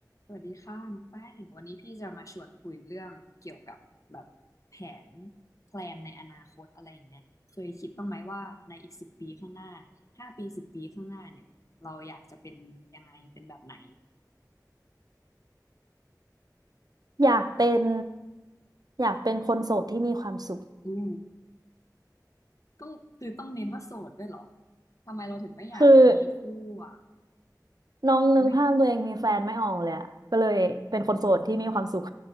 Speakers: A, on the left (about 45°); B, on the right (about 65°).
A: สวัสดีค่ะน้องแป้งวันนี้พี่จะมาชวนคุยเรื่องเกี่ยวกับแบบแผนแพลนในอนาคตอะไรอย่างเงี้ยเคยคิดบ้างไหมว่าในอีกสิบปีข้างหน้าห้าปีสิบปีข้างหน้าเนี่ยเราอยากจะเป็นยังไงเป็นแบบไหน
B: อยากเป็นอยากเป็นคนโสดที่มีความสุข
A: อู้ต้องคือต้องเน้นว่าโสดด้วยเหรอทำไมเราถึงไม่อยากแบบมีคู่อ่ะ
B: คือน้องนึกภาพตัวเองมีแฟนไม่ออกเลยอะก็เลยเป็นคนโสดที่มีความสุข
A: ไม่